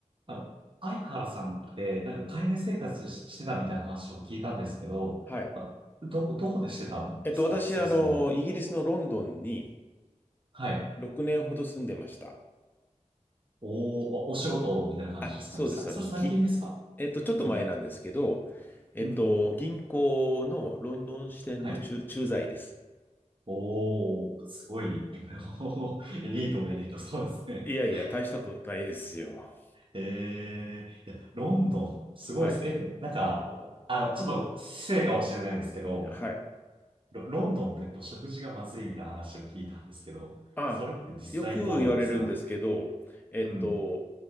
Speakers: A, on the right; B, on the left.
A: あの、相原さんって、なんか海外生活し、してたみたいな話を聞いたんですけど、
B: はい。
A: あど、どこでしてたんですかそもそも。
B: えっと、私、あの、イギリスのロンドンに
A: はい。
B: 6年ほど住んでました。
A: おー、お仕事みたいな感じですかね。
B: あ、そうです。
A: さ、それ最近ですか
B: あの、ぎ、えっと、ちょっと前なんですけど、
A: うん。
B: えっと、
A: うん。
B: 銀行のロンドン支店の駐、
A: はい。
B: 駐在です。
A: おー、すごい。<laughs> エリートもエリート、そうですね。
B: いやいや、
A: <laughs>
B: 大したことないですよ。
A: えー、いや、ロンドン、すごいです。
B: はい。
A: え、なんか、あの、ちょっと失礼かもしれないんですけど、
B: はい。
A: ロ、ロンドンってと食事がまずいみたいな話を聞いたんですけど、
B: あ、
A: それって実際どうなんですか
B: よく言われるんですけど、えっと、
A: うん、